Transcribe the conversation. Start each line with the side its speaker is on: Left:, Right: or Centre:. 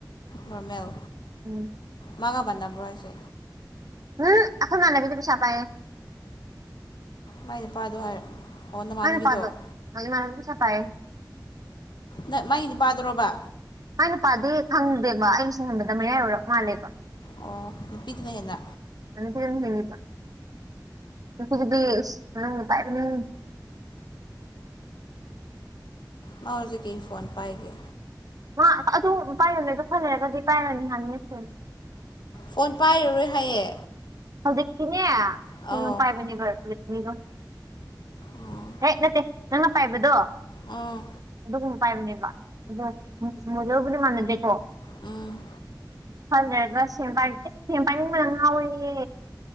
Left: ꯅꯣꯔꯃꯦꯜ꯫
Right: ꯎꯝ꯫
Left: ꯃꯥꯒ ꯃꯥꯟꯅꯕ꯭ꯔꯣ ꯍꯥꯏꯁꯦ꯫
Right: ꯎꯝ ꯑꯈꯣꯏ ꯃꯥꯥꯟꯅꯕꯤꯗꯤ ꯄꯩꯁꯥ ꯄꯥꯏꯌꯦ꯫
Left: ꯃꯥꯏ ꯅꯨꯄꯥꯗꯣ ꯍꯥꯏꯔ꯫ ꯑꯣ ꯅꯃꯥꯟꯅꯕꯤꯗꯣ
Right: ꯃꯥꯥꯏ ꯅꯨꯄꯥꯗꯣ <unintelligible> ꯏꯃꯥꯟꯅꯕꯤ ꯄꯩꯁꯥ ꯄꯥꯏꯌꯦ꯫
Left: ꯅꯠ ꯃꯥꯏ ꯅꯨꯄꯥꯗꯨꯔꯣꯕ꯫
Right: ꯃꯥꯏ ꯅꯨꯄꯥꯗꯤ ꯈꯪꯗꯦꯕ ꯑꯩꯅ ꯁꯨꯝ ꯈꯟꯕꯗ ꯃꯌꯥꯏ ꯑꯣꯏꯔꯞ ꯃꯥꯜꯂꯦꯕ꯫
Left: ꯑꯣ ꯅꯨꯄꯤꯗꯨꯅ ꯍꯦꯟꯅ
Right: ꯅꯨꯄꯤꯗꯨꯅ ꯍꯦꯜꯂꯦꯕ ꯅꯨꯄꯤꯗꯨꯗꯤ ꯏꯁ <unintelligible> ꯄꯥꯏꯕꯅꯦ꯫
Left: ꯃꯥ ꯍꯧꯖꯤꯛ ꯀꯩ ꯐꯣꯟ ꯄꯥꯏꯒꯦ꯫
Right: ꯃꯥ ꯑꯗꯨꯝ ꯄꯥꯏꯔꯝꯃꯦꯕ ꯈꯔ ꯂꯩꯔꯒꯗꯤ ꯄꯥꯏꯔꯅꯤ ꯍꯥꯏꯝꯅꯦ ꯁꯦꯝ꯫
Left: ꯐꯣꯟ ꯄꯥꯏꯔꯔꯣꯏ ꯍꯥꯏꯌꯦ꯫
Right: ꯍꯧꯖꯤꯛꯇꯤꯅꯦ
Left: ꯑꯧ
Right: ꯀꯩꯅꯣ ꯄꯥꯏꯕꯅꯦꯕ ꯔꯦꯠꯃꯤꯗꯣ
Left: ꯎꯝ
Right: ꯍꯦꯛ ꯅꯠꯇꯦ ꯅꯪꯅ ꯄꯥꯏꯕꯗꯣ
Left: ꯑꯥ꯫
Right: ꯑꯗꯨꯒꯨꯝꯕ ꯄꯥꯏꯕꯅꯦꯕ ꯑꯗꯣ <unintelligible> ꯃꯣꯗꯦꯜ ꯄꯨꯗꯤ ꯃꯥꯟꯅꯗꯦꯀꯣ
Left: ꯎꯝ
Right: ꯈꯔ ꯂꯩꯔꯒ ꯁꯦꯝ <unintelligible> ꯏꯁ ꯁꯦꯝ ꯄꯥꯏꯅꯤꯡꯕꯅ ꯉꯥꯎꯔꯦ ꯌꯦ꯫